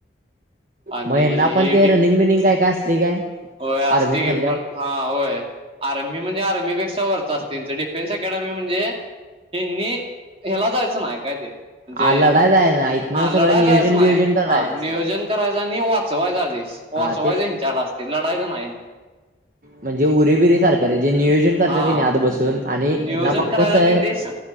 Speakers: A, on the right (about 30°); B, on the right (about 45°).
A: आणि
B: मग यांना पण
A: ही
B: ते
A: डी
B: रनिंग बिनिंग काय काय असते काय?
A: होय असती
B: आर्मीत म्हणल्यावर
A: पण हा होय आर्मी म्हणजे आर्मी पेक्षा वरती असतय त्यांच डिफेन् अकॅडमी म्हणजे त्यांनी ह्याला जायचं नाही काय ते म्हणजे
B: आ लढायच आहे ना इथनं
A: हा
B: सगळं
A: लढाय
B: नियोजन
A: जायचं नाय,
B: बियोजन करायचं
A: हा नियोजन
B: सगळं
A: करायच आणि वाचवायचा देश. वाचवायच
B: हा तेच
A: ह्यांच्याकड
B: की
A: असतय, लढायच नाय.
B: म्हणजे उरेबिर सारख जे नियोजन करतात
A: हा
B: की नाही आत बसून आणि
A: नियोजन
B: यांना फक्त
A: करायचं
B: सर
A: आणि देश